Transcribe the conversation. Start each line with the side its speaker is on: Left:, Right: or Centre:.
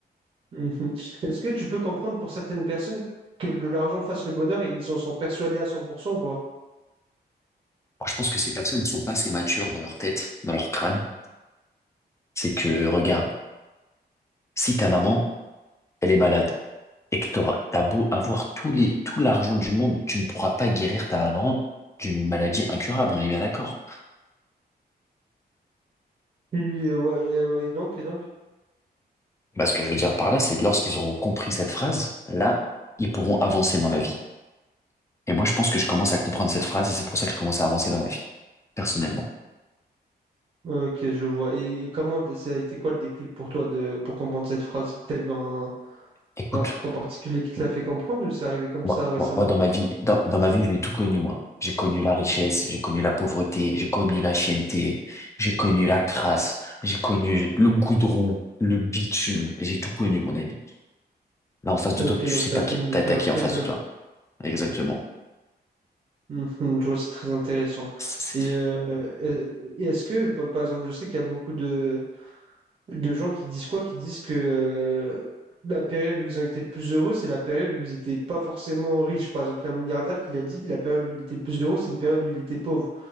Right: Mhm. Est-ce que tu peux comprendre pour certaines personnes que le- l'argent fasse le bonheur et ils en sont persuadés à cent pour cent ou pas?
Left: Moi, je pense que ces personnes ne sont pas assez matures dans leur tête, dans leur crâne. C'est que, regarde, si ta maman, elle est malade, et que t'auras- t'as beau avoir tous les, tout l'argent du monde, tu ne pourras pas guérir ta maman d'une maladie incurable, on est bien d'accord.
Right: Et, euh, ouais, et, euh, et donc, et donc.
Left: Bah, ce que je veux dire par là, c'est lorsqu'ils auront compris cette phrase, là, ils pourront avancer dans la vie. Et moi, je pense que je commence à comprendre cette phrase et c'est pour ça que je commence à avancer dans la vie, personnellement.
Right: Ok, je vois. Et, et comment t- ça a été quoi le déclic pour toi de pour comprendre cette phrase? T'as eu un,
Left: Écoute,
Right: un truc en particulier qui te l'a fait comprendre ou c'est arrivé comme
Left: moi,
Right: ça récemment?
Left: moi, moi, dans ma vie, dans, dans ma vie, j'ai tout connu, moi. J'ai connu la richesse, j'ai connu la pauvreté, j'ai connu la chienneté, j'ai connu la crasse, j'ai connu le goudron, le bitume. J'ai tout connu, mon ami. Là, en face de
Right: Ok,
Left: toi, tu
Right: donc
Left: sais
Right: tu
Left: pas
Right: as connu
Left: qui,
Right: des
Left: t'as
Right: périodes
Left: t'as qui
Right: très
Left: en face
Right: dures.
Left: de toi. Exactement.
Right: Mhm, je vois, c'est très intéressant.
Left: C'est c'est-
Right: Et, euh, et- et est-ce que, pa- par exemple, je sais qu'il y a beaucoup de, de gens qui disent quoi? Qui disent que euh, la période où ils ont été le plus heureux, c'est la période où ils n'étaient pas forcément riches. Par exemple, il y a un milliardaire qui l'a dit, la période où il était le plus heureux, c'est une période où il était pauvre.